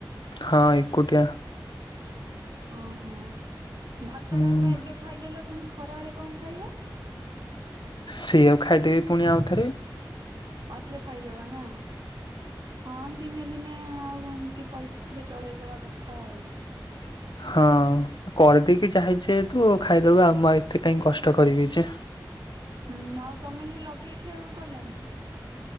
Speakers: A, on the left (about 75°); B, on the right (about 70°).
A: ହଁ ଏକୁଟିଆ।
B: ଓହୋ ଭାତ
A: ହୁଁ
B: ଡାଲମା ଏବେ ଖାଇଦେଲ ପୁଣି ଖରା ବେଳେ କଣ ଖାଇବ।
A: ସେୟାକୁ ଖାଇଦେବି ପୁଣି ଆଉଥରେ।
B: ଆଉ ଥରେ ଖାଇଦେବା ନା ହଁ ଦିନେ ଦିନେ ଆଉ ଏମିତି ପରିସ୍ଥିତିରେ ଚଳେଇଦବା କଥା ଆଉ।
A: ହଁ। କରିଦେଇକି ଯାଇଛେ ତୁ ଖାଇଦବା ଆଉ ମୁଁ ଏତେ କାହିଁ କଷ୍ଟ କରିବି ଯେ।
B: ହୁଁ ଆଉ ତମେ କିଛି ଲଗେଇ ଖିଆକୁ କଲାନି